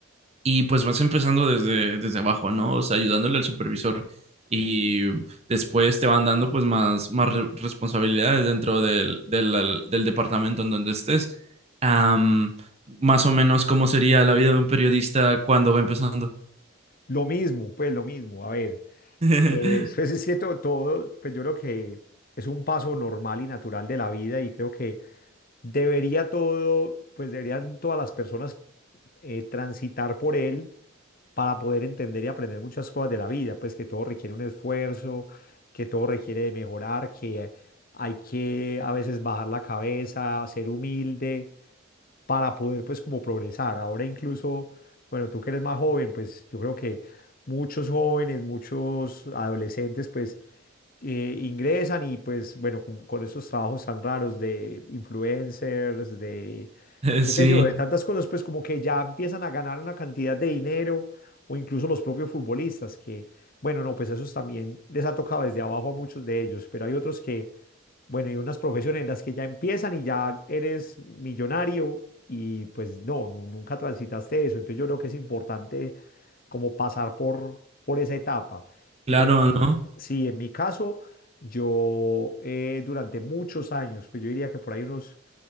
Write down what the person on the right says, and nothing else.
Y pues vas empezando desde, desde abajo, ¿no? O sea, ayudándole al supervisor. Y después te van dando pues más, más re- responsabilidades dentro del, del, del departamento en donde estés. Am, más o menos cómo sería la vida de un periodista cuando va empezando.
<laughs>
Sí,
claro,
¿no?